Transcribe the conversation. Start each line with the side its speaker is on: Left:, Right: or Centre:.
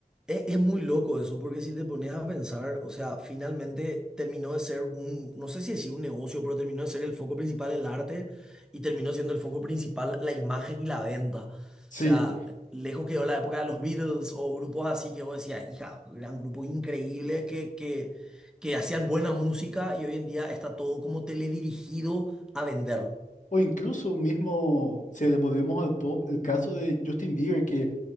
Centre: Es, es muy loco eso, porque si te pones a pensar, o sea, finalmente terminó de ser un, no sé si decir un negocio, pero terminó de ser el foco principal el arte y terminó siendo el foco principal la imagen y la venta. O
Left: sí,
Centre: sea, lejos quedó la época de los Beatles o grupos así que vos decías, hija, eran grupos increíbles que, que, que hacían buena música y hoy en día está todo como teledirigido a vender.
Left: O incluso mismo, si volvemos al pop, el caso de Justin Bieber, que